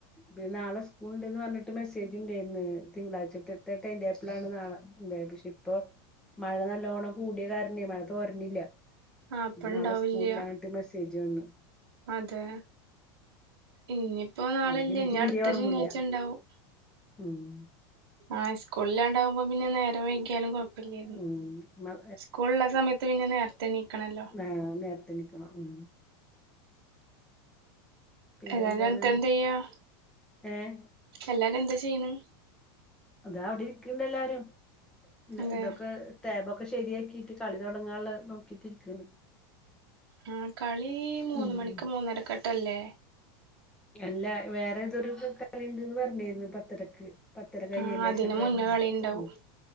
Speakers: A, in the centre; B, on the right.
A: പിന്നെ നാളെ സ്കൂള് ണ്ടന്ന് പറഞ്ഞിട്ട് മെസ്സേജ് ഉണ്ടായിന്ന് തിങ്കളാഴ്ചത്തെ ടൈം ടേബിളാണ് നാളെ ഇപ്പൊ മഴ നല്ലോണം കൂടിയ കാരണേ മഴ തൊരാണില്ല്യ
B: ആ അപ്പ ഇണ്ടാവില്ല്യ
A: നാളെ സ്കൂളില്ലാന്നിട്ട് മെസ്സേജ് വന്നു
B: അതെ ഇനിപ്പോ നാളല്ല
A: അപ്പൊ പിന്നെ
B: ഇനി
A: തീരെ
B: അടുത്ത
A: ഒറങ്ങൂല്ല
B: ശനിയാഴ്ച ഉണ്ടാവും
A: ഉം...
B: ആ സ്കുളിലാണ്ടാവുമ്പോ പിന്നെ നേര വൈകിയാലുംകൊ
A: ഉം
B: -
A: മ
B: സ്കൂള് ഉള്ള സമയത്ത് പിന്നെ നേരത്തെ എണീക്കണല്ലോ
A: ആ് നേരത്തെ എണീക്കണം ഉ.. പിന്നെന്താണ്
B: എല്ലാരും എണീറ്റ എന്ത ചെയ്യാ?
A: ഏഹ്
B: എല്ലാരും എന്താ ചെയ്യുന്നു?
A: അതാ അവിടെ ഇരിക്കണ്ട് എല്ലാരും പിന്ന
B: അതെ
A: ഇതൊക്കെ- ടാബോക്കെ ശരിയാക്കിയിട്ട് കളി തുടങ്ങാനുള്ള നോക്കിട്ടിരിക്കുവാണ്
B: ആ കളി മൂന്ന
A: ഉം
B: മണിക്ക് മൂന്നരക്കെട്ടല്ലേ
A: അല്ല വേറെ എന്തൊരു കളിണ്ട്ന്ന് പറഞ്ഞിരുന്നു പത്തരക്ക് പത്തര കഴിഞ്ഞേന്റെ
B: ആ അതിന്
A: ശേഷം <unintelligible> പരരിക്കും
B: മുന്നേ കളി ഇണ്ടാവും
A: ഉ